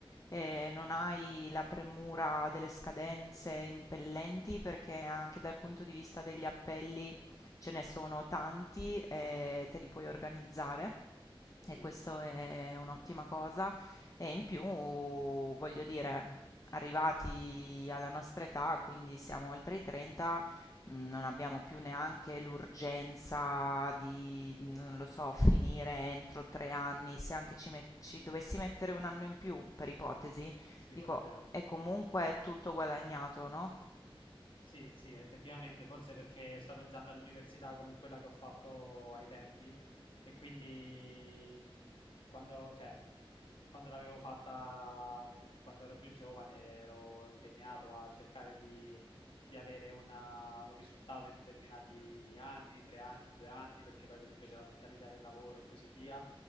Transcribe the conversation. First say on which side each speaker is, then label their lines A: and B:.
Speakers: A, on the left; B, on the left.
A: e non hai la premura delle scadenze impellenti perché anche dal punto di vista degli appelli ce ne sono tanti e te li puoi organizzare.
B: Sì,
A: E questo è un'ottima cosa. E in più, voglio dire, arrivati alla nostra età, quindi siamo oltre i 30, Mm, Non abbiamo più neanche l'urgenza di, non lo so, finire entro tre anni. Se anche ci, met- ci dovessi mettere un anno in più, per ipotesi,
B: sì,
A: dico,
B: quello è vero.
A: è comunque tutto guadagnato, no?
B: Sì, sì, effettivamente, forse perché sto pensando all'università come quella che ho fatto ai tempi e quindi quando, cioè, quando l'avevo fatta, quando ero più giovane, ero impegnato a cercare di, di avere una- un risultato in determinati anni, tre anni, due anni, perché poi comunque c'era tutta l'idea del lavoro e così via.